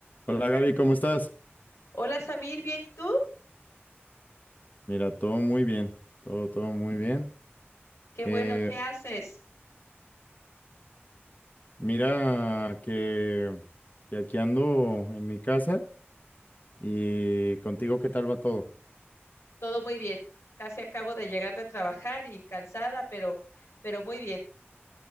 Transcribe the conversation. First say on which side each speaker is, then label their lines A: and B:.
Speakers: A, on the left; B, on the left.
A: Hola Gaby, ¿cómo estás?
B: Hola Samir, ¿bien y tú?
A: Mira, todo muy bien, todo, todo muy bien.
B: Qué bueno,
A: Eh,
B: ¿qué haces?
A: mira que, que aquí ando en mi casa y contigo, ¿qué tal va todo?
B: Todo muy bien. Casi acabo de llegar de trabajar y cansada, pero, pero muy bien.